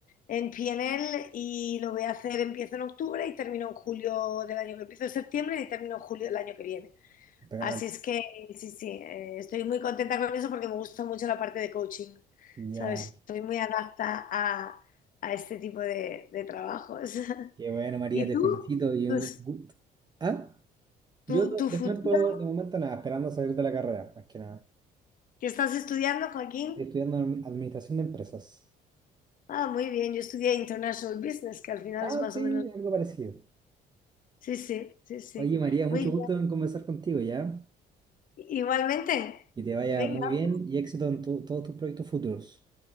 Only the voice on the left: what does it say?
en PNL y lo voy a hacer, empiezo en octubre y termino en julio del año que empiezo en septiembre y termino en julio del año que viene.
Así es que sí, sí, eh, estoy muy contenta con eso porque me gusta mucho la parte de coaching,
¿sabes? Estoy muy adapta a, a este tipo de de trabajos. <laughs>
¿Y
tú?
Tus-
¿Tu,
tu
futuro?
¿Qué estás estudiando, Joaquín?
Ah, muy bien, yo estudié International Business, que al final
es más
o menos...
Sí, sí, sí, sí.
Muy bien.
Igualmente.
Venga,
pues,